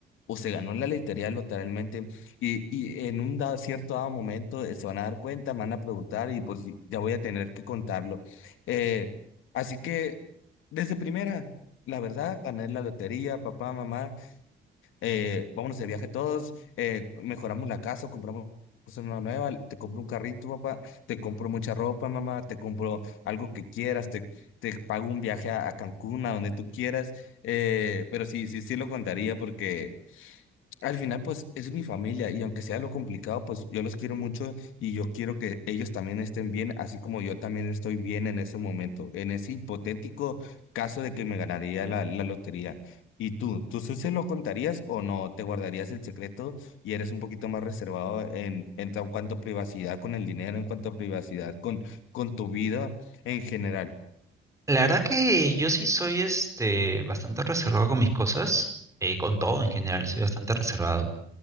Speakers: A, on the left; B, on the right.
A: o se ganó la lotería literalmente y, y en un dado- cierto dado momento eh, se van a dar cuenta, me van a preguntar y pues ya voy a tener que contarlo. Eh, así que, desde primera, la verdad, gané la lotería, papá, mamá eh, vámonos de viaje todos, eh, mejoramos la casa, compramos una nueva, te compro un carrito, papá, te compro mucha ropa, mamá, te compro algo que quieras, te, te pago un viaje a, a Cancún, a donde tú quieras, eh, pero sí, sí, sí lo contaría porque... Al final, pues es mi familia y aunque sea lo complicado, pues yo los quiero mucho y yo quiero que ellos también estén bien, así como yo también estoy bien en ese momento, en ese hipotético caso de que me ganaría la, la lotería. ¿Y tú, tú sí se lo contarías o no? ¿Te guardarías el secreto y eres un poquito más reservado en, en tan cuanto a privacidad con el dinero, en cuanto a privacidad con, con tu vida en general?
B: La verdad que yo sí soy este bastante reservado con mis cosas, eh, con todo en general, soy bastante reservado.